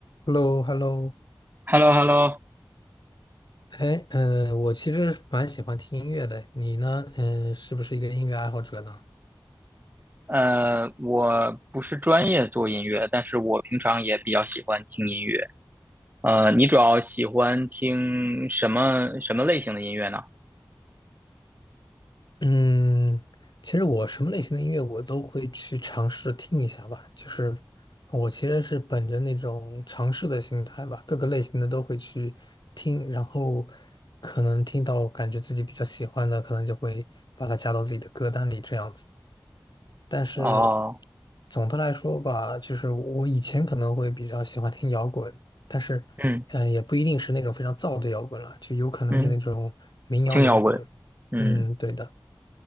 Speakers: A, on the left; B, on the right.
A: h e l l o h e l l o
B: h e l l o h e l l o
A: 哎，呃，我其实蛮喜欢听音乐的，你呢？嗯、是不是一个音乐爱好者呢？
B: 呃，我不是专业做音乐，但是我平常也比较喜欢听音乐。呃，你主要喜欢听什么什么类型的音乐呢？
A: 嗯，其实我什么类型的音乐我都会去尝试听一下吧，就是我其实是本着那种尝试的心态吧，各个类型的都会去听，然后可能听到感觉自己比较喜欢的，可能就会把它加到自己的歌单里这样子。但是
B: 哦，
A: 总的来说吧，就是我以前可能会比较喜欢听摇滚，但是
B: 嗯
A: 嗯、呃也不一定是那种非常燥的摇滚了，就有可能是那种民谣摇滚。
B: 嗯，轻摇滚，嗯
A: 嗯，对的。